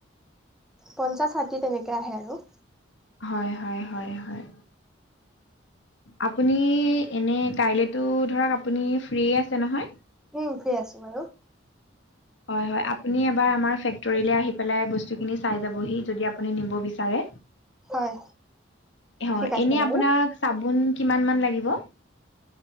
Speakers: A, in the centre; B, on the left (about 75°).
A: পঞ্চাশ ষাঠি তেনেকে আহে আৰু
B: হয় হয় হয় হয় আপুনি এনে কাইলেতো ধৰক আপুনি ফ্ৰীয়ে আছে নহয়
A: উম ফু্ৰী আছো বাৰু
B: হয়, হয় আপুনি এবাৰ আমাৰ ফেক্টৰিলে আহি পেলাই বস্তুবোৰ চাই যাবহি। যদি আপুনি নিব বিচাৰে।
A: হয়
B: হয়
A: ঠিক আছে
B: এনে
A: বাৰু
B: আপোনাক চাবোন কিমান মান লাগিব